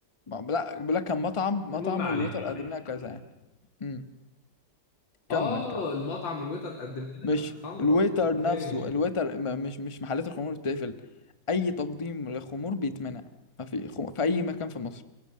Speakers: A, on the left; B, on the left.
A: ما- لا بيقول لك كان مطعم مطعم
B: المهم ما علينا
A: والويتر
B: ما
A: قدم
B: علينا
A: لنا كذا
B: ما علينا
A: يعني امم كمل
B: اه
A: كمل
B: المطعم الويتر قدم لنا
A: مش
B: خمره
A: الويتر
B: اوكي
A: نفسه الويتر م- مش مش محلات الخمور بتقفل اي تقديم للخمور بيتمنع ما في خم... في اي مكان في مصر